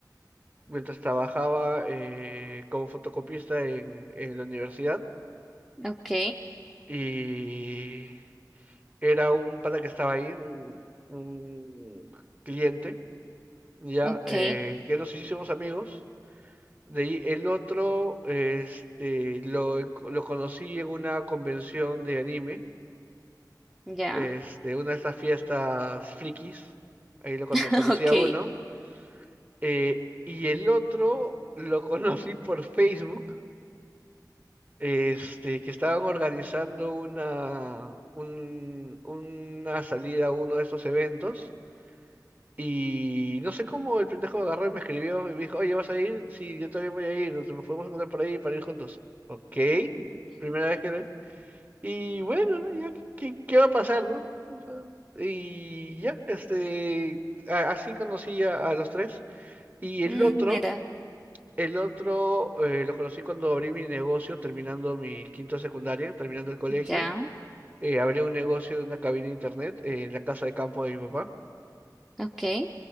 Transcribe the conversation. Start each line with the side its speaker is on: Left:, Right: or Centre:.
Right: mientras trabajaba eh, como fotocopista en, en la universidad.
Centre: ok,
Right: Y era un pata que estaba ahí, un, un cliente, ya,
Centre: ok,
Right: eh, que nos hicimos amigos. De ahí el otro, este, lo, enco- lo conocí en una convención de anime,
Centre: ya,
Right: este, una de estas fiestas frikis, ahí lo cono-
Centre: <laughs>
Right: conocí
Centre: ok.
Right: a uno, eh, y el otro lo <laughs> conocí por Facebook, este, que estaban organizando una, un- una salida a uno de estos eventos. Y no sé cómo el pendejo agarró y me escribió y me dijo, oye, ¿vas a ir? Sí, yo también voy a ir, nos nos podemos encontrar por ahí para ir juntos. Ok, primera vez que lo... Y bueno, ¿no? Ya, ¿qué, qué- qué va a pasar, no? O sea, y ya, este, a- así conocí a, a los tres. Y el
Centre: Mm,
Right: otro,
Centre: mira,
Right: el otro eh, lo conocí cuando abrí mi negocio, terminando mi quinto de secundaria, terminando el colegio.
Centre: ya.
Right: Eh, abrí un negocio de una cabina de internet eh, en la casa de campo de mi papá.
Centre: Ok,